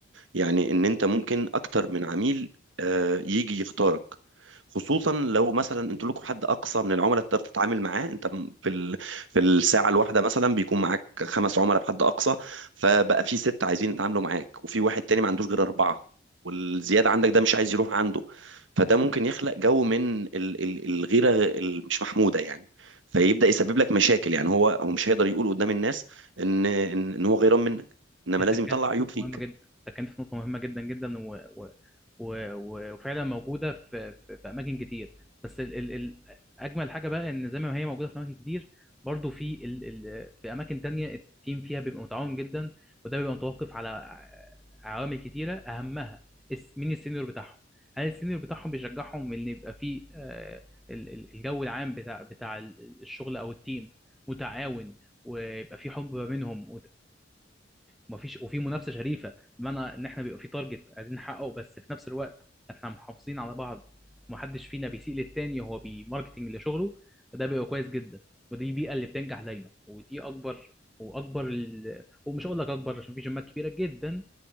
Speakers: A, on the right; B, in the centre.
A: يعني ان انت ممكن اكتر من عميل آه، يجي يختارك خصوصا لو مثلا انتوا لكم حد اقصى من العملاء تقدر تتعامل معاه انت م- في ال... في الساعه الواحده مثلا بيكون معاك خمس عملاء بحد اقصى فبقى في ست عايزين يتعاملوا معاك وفي واحد تاني ما عندوش غير اربعه والزياده عندك ده مش عايز يروح عنده فده ممكن يخلق جو من ال... ال... الغيره ال- مش محموده يعني فيبدا يسبب لك مشاكل يعني هو هو مش هيقدر يقول قدام الناس ان ان إن هو غيران منك انما
B: انت
A: لازم
B: اتكلمت
A: يطلع عيوب
B: في نقطه
A: فيك
B: مهمه جدا اتكلمت في نقطه مهمه جدا جدا و... و... و... و- وفعلا موجوده في... في... في اماكن كتير بس ال... ال... ال... اجمل حاجه بقى ان زي ما هي موجوده في اماكن كتير برضو في ال... ال... في اماكن تانية التيم فيها بيبقى متعاون جدا وده بيبقى متوقف على ع- عوامل كتيره اهمها اس- مين السينيور بتاعهم هل السينيور بتاعهم بيشجعهم ان يبقى في آه، ال- ال- الجو العام بتاع بتاع ال- الشغل او التيم متعاون ويبقى في حب ما بينهم ومفيش وفي منافسه شريفه بمعنى ان احنا بيبقى في تارجت عايزين نحققه بس في نفس الوقت احنا محافظين على بعض ومحدش فينا بيسيء للتاني وهو بيماركتنج لشغله فده بيبقى كويس جدا ودي البيئه اللي بتنجح دايما ودي اكبر واكبر ال... ومش هقول لك اكبر عشان في جيمات كبيره جدا